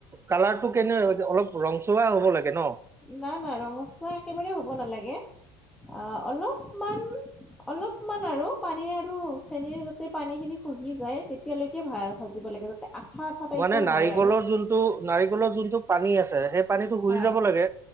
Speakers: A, on the right; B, in the centre.
A: কালাৰটো কেনে অলপ ৰংচোৱাা হ'ব লাগে ন?
B: নাই না ৰঙচুৱা একেবাৰে হ'ব নালাগে অ অলপমান অলপমান আৰু পানী আৰু চেন যতে পানী খিনি শুহি যায় তেতিয়ালৈকে ভ ভাজিব লাগে আঠা আঠা টাইপৰ
A: মানে নাৰিকলৰ
B: হয় আৰু
A: যোনটো নাৰিকলৰ যোনটো পানী আছে সেই পানীটো শুহি
B: হয়
A: যাব লাগে?